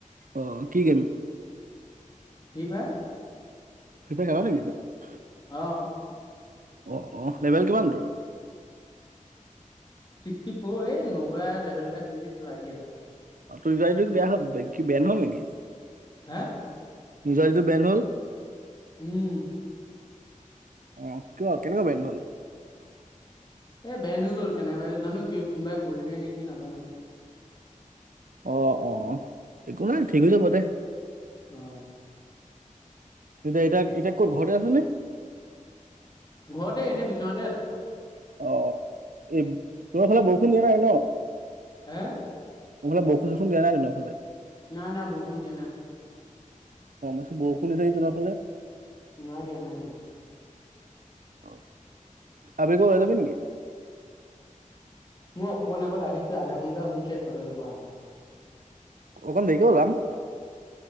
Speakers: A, on the right (about 80°); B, on the left (about 30°).
A: আহ কি গেম
B: ফিৰিফায়াৰ
A: <unintelligible>
B: অহ
A: অ অহ লেভেল কিমান তোৰ?
B: ছিক্সটি ফৰ এই নুঘূৰাই লেভেল এটা খেলি আছো আইডিয়া এটা।
A: <unintelligible>
B: হে
A: নিজৰিত বেন হল
B: উম!
A: অ কিয় কেনেকুৱা বেন হল
B: এ বেন হয় গ'ল কেনেবাই জানো কোনোবাই কৰিলে নেকি নাজানো
A: অ অ অ একো নাই ঠিক হৈ যাব দে।
B: অ
A: এতিয়া এটা এতিয়া কত ঘৰতে আছে নে?
B: ঘৰতে এনে বিচনাতে আছোঁ।
A: অ এই তোমাৰ ফালে বৰষুণ দিয়া নাই ন।
B: হে
A: এইফালে বৰষুণ বৰষুণ দিয়া নাই এইফালে।
B: ন না বৰষুন দিয়া নাই।
A: অ আমাৰ চোন বৰষুণ দিছে নেকি তোমাৰ ফালে।
B: নাই দিয়া, নাই দিয়া।
A: অ আবেলি ওলাই যাবি নেকি?
B: মই অকমান আগত আহিছো আধা ঘণ্টা হৈছে কলেজৰ পৰা অহা।
A: অকন দেৰি কে উলাম।